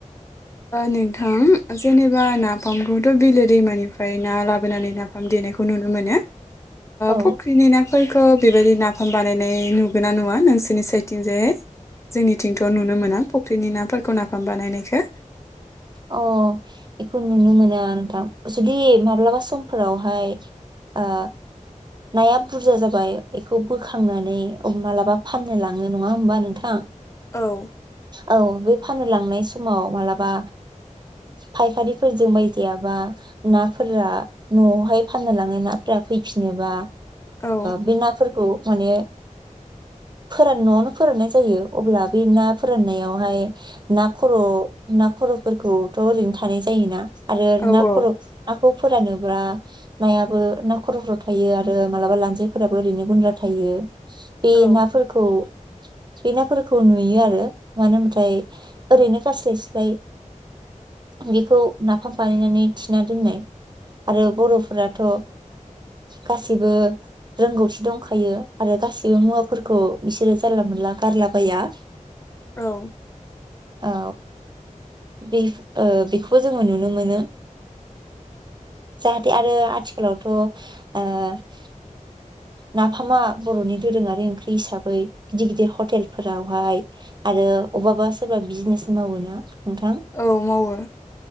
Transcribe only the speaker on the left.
नोंथां जेनेबा नाफामखौथ बिलो दैमानिफ्राय ना लाबोनानै नाफाम देनाय ननो मोन
फनि न खौ बेबायदि नाफाम बानायनाय नुगोन ना नङा नोंसोरनि साइडथिंजायहाय जोंनिथिंथ' नुनो मोना फुख्रिनि नाफोरखौ नाफाम बानायनायखौ
औ
औ
औ
औ
औ
औ
औ मावो